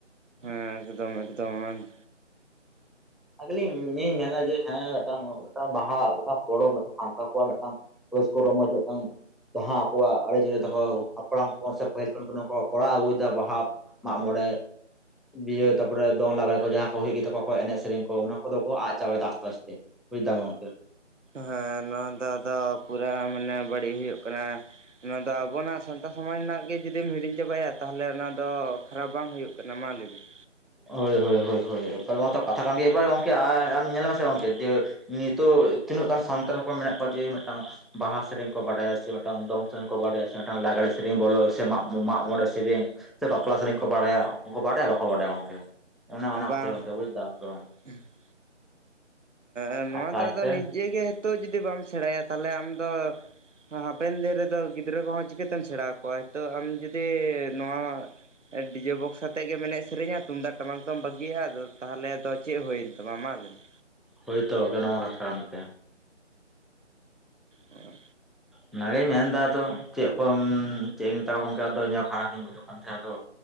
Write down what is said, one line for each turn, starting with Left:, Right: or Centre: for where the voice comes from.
Right: ᱮᱠᱫᱚᱢ ᱮᱠᱫᱚᱢ
Centre: ᱟᱜᱞᱤᱧ ᱤᱧ ᱢᱮᱱᱟ ᱡᱮ ᱦᱮᱸ ᱢᱮᱫᱴᱟᱝ ᱢᱮᱫᱴᱟᱝ ᱵᱟᱦᱟ ᱢᱮᱫᱴᱟᱝ ᱯᱚᱨᱚᱵᱽ ᱢᱤᱫᱴᱟᱝ ᱥᱟᱱᱛᱟᱲ ᱠᱚᱣᱟᱜ ᱢᱤᱫᱴᱟᱝ ᱨᱟᱹᱥᱠᱟᱹ ᱨᱚᱢᱚᱡ ᱢᱤᱫᱴᱟᱝ ᱵᱟᱦᱟᱸ ᱟᱠᱚᱣᱟᱜ ᱟᱨᱤ ᱪᱟᱹᱞᱤ ᱛᱟᱠᱚ ᱦᱟᱯᱲᱟᱢ ᱠᱚ ᱥᱮ ᱯᱟᱹᱦᱤᱞ ᱠᱷᱚᱱ ᱠᱚ ᱱᱚᱣᱟ ᱠᱚᱨᱟᱣ ᱟᱹᱜᱩᱭᱮᱫᱟ ᱵᱟᱦᱟ, ᱢᱟᱜ ᱢᱚᱬᱮ᱾ ᱵᱤᱭᱟᱹ ᱛᱟᱯᱚᱨᱮ ᱫᱚᱝ ᱞᱟᱜᱽᱲᱮ ᱠᱚ ᱡᱟᱦᱟᱸ ᱠᱚ ᱦᱩᱭ ᱜᱮᱛᱚ ᱠᱚ ᱮᱱᱮᱡ ᱥᱮᱨᱮᱧ ᱠᱚ ᱚᱱᱟ ᱠᱚᱫᱚ ᱠᱚ ᱟᱫ ᱪᱟᱵᱟᱭᱮᱫᱟ ᱟᱥᱛᱮ ᱟᱥᱛᱮ᱾ ᱵᱩᱡ ᱫᱟᱢ ᱜᱚᱢᱠᱮ᱾
Right: ᱦᱮᱸ ᱱᱚᱣᱟ ᱫᱚ ᱟᱫᱚ ᱯᱩᱨᱟᱹ ᱢᱟᱱᱮ ᱵᱟᱹᱲᱤᱡ ᱦᱩᱭᱩᱜ ᱠᱟᱱᱟ᱾ ᱱᱚᱭᱟ ᱫᱚ ᱟᱵᱚᱱᱟᱜ ᱥᱟᱱᱛᱟᱲ ᱥᱚᱢᱟᱡᱽ ᱨᱮᱱᱟᱜ ᱜᱮ ᱡᱩᱫᱤᱢ ᱦᱤᱲᱤᱧ ᱪᱟᱵᱟᱭᱟ ᱛᱟᱦᱚᱞᱮ ᱚᱱᱟ ᱫᱚ ᱠᱷᱟᱨᱟᱯ ᱵᱟᱝ ᱦᱩᱭᱩᱜ ᱠᱟᱱᱟ᱾ ᱠᱟᱱᱟ ᱢᱟ ᱞᱮᱭᱵᱤᱱ?
Centre: ᱦᱳᱭ ᱦᱳᱭ ᱦᱳᱭ ᱮᱵᱟᱨ ᱢᱟᱛᱚ ᱠᱟᱛᱷᱟ ᱠᱟᱱ ᱜᱤᱭᱟ ᱮᱵᱟᱨ ᱜᱚᱢᱠᱮ ᱟᱭ ᱟᱢ ᱧᱮᱞᱢᱥᱮ ᱜᱚᱢᱠᱮ ᱡᱮ, ᱱᱤᱛᱚᱜ ᱛᱤᱱᱟᱹᱜ ᱜᱟᱱ ᱥᱟᱱᱛᱟᱲ ᱦᱚᱯᱚᱱ ᱢᱮᱱᱟᱜ ᱠᱚᱣᱟ ᱡᱮ ᱢᱮᱫᱴᱟᱝ, ᱵᱟᱦᱟ ᱥᱮᱨᱮᱧ ᱵᱟᱰᱟᱭᱟ ᱥᱮ ᱢᱤᱫᱴᱟᱝ ᱫᱚᱝ ᱥᱮᱨᱮᱧ ᱠᱚ ᱵᱟᱰᱟᱭᱟ ᱥᱮ ᱢᱤᱫᱟᱝ ᱞᱟᱜᱽᱲᱮ ᱥᱮᱨᱮᱧ ᱵᱚᱞᱚ ᱥᱮ ᱢᱟᱜᱢᱚᱬᱮ ᱥᱮᱨᱮᱧ, ᱥᱮ ᱵᱟᱯᱞᱟ ᱥᱮᱨᱮᱧ ᱠᱚ ᱵᱟᱰᱟᱭᱟ ᱩᱱᱠᱚ ᱵᱟᱰᱟᱭᱟ ᱵᱟᱠᱚ ᱵᱟᱰᱟᱭᱟ ᱜᱚᱝᱠᱮ᱾ ᱚᱱᱮ ᱚᱱᱟᱮ
Right: ᱵᱟᱝ
Centre: ᱠᱟᱛᱤᱨ ᱜᱚᱝᱠᱮ ᱵᱩᱡ ᱫᱟᱢ ᱛᱚ,
Right: <unintelligible> ᱮ ᱱᱚᱣᱟ
Centre: ᱟᱥᱛᱮ
Right: ᱫᱚ
Centre: ᱟᱥᱛᱮ
Right: ᱟᱫᱚ ᱱᱤᱡᱮ ᱜᱮ ᱱᱤᱛᱚᱜ ᱡᱩᱫᱤ ᱵᱟᱢ ᱥᱮᱬᱟᱭᱟ ᱛᱟᱦᱞᱮ ᱟᱢ ᱫᱚ, ᱦᱟᱯᱮᱱ ᱫᱤᱱ ᱨᱮᱫᱚ ᱜᱤᱫᱽᱨᱟᱹ ᱠᱚᱦᱚᱸ ᱪᱤᱠᱟᱹᱛᱮᱢ ᱥᱮᱬᱟ ᱠᱚᱣᱟ ᱦᱚᱭᱛᱚ ᱟᱢ ᱡᱩ ᱫᱤ ᱱᱚᱣᱟ ᱰᱤᱡᱮ ᱵᱚᱠᱥ ᱟ ᱟᱛᱮᱫ ᱜᱮᱢ ᱮᱱᱮᱡ ᱥᱮᱨᱮᱧᱟ ᱛᱩᱢᱫᱟᱜ ᱴᱟᱢᱟᱠ ᱫᱚᱢ ᱵᱟᱹᱜᱤᱭᱟᱜᱼᱟ ᱟᱫᱚ ᱛᱟᱦᱟᱞᱮ ᱫᱚ ᱪᱮᱫ ᱦᱩᱭᱮᱱ ᱛᱟᱢᱟ ᱢᱟ ᱞᱮᱭ ᱢᱮ?
Centre: ᱦᱳᱭ ᱛᱚ ᱜᱮ ᱱᱚᱣᱟ ᱠᱟᱛᱷᱟ ᱠᱟᱱ ᱛᱮ
Right: ᱦᱚ
Centre: ᱚᱱᱟᱜᱤᱧ ᱢᱮᱱ ᱮᱫᱟ ᱟᱫᱚ, ᱪᱮᱫ ᱠᱚᱢ- ᱪᱮᱫ ᱤᱧ ᱢᱮᱛᱟᱢᱟ ᱜᱚᱢᱠᱮ ᱟᱫᱚ ᱤᱧ ᱦᱚᱸ ᱠᱷᱟᱨᱟᱯᱤᱧ ᱵᱡᱷᱟᱹᱣ ᱫᱚᱠᱟᱱ ᱪᱷᱟᱲᱟ ᱫᱚ